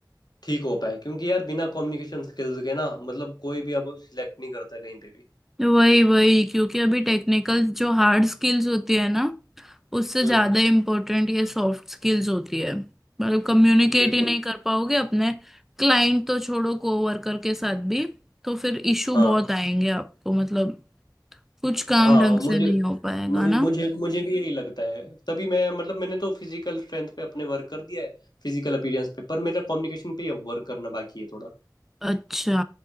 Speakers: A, on the left; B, in the centre.
A: ठीक हो पाए क्योंकि यार बिना कम्युनिकेशन स्किल्स के ना मतलब कोई भी अब सिलेक्ट नहीं करता कहीं पे भी
B: वही वही क्योंकि अभी टेक्निकल जो हार्ड स्किल्स होती है ना उससे
A: हम्म
B: ज्यादा इम्पोर्टेंट ये सॉफ्ट स्किल्स होती है मतलब कम्युनिकेट
A: बिल्कुल
B: ही नहीं कर पाओगे अपने क्लाइंट तो छोड़ो कोवर्कर के साथ भी तो फिर इशू
A: हाँ
B: बहुत आएंगे आपको मतलब कुछ काम
A: हाँ
B: ढंग
A: मुझे
B: से नहीं हो पाएगा
A: मुझे
B: ना
A: मुझे मुझे भी यही लगता है तभी मैं मतलब मैंने तो फिजिकल स्ट्रेंथ पे अपने वर्क कर दिया है फिजिकल अपीयरेंस पे पर मेरा कम्युनिकेशन पे वर्क करना बाकी है थोड़ा
B: अच्छा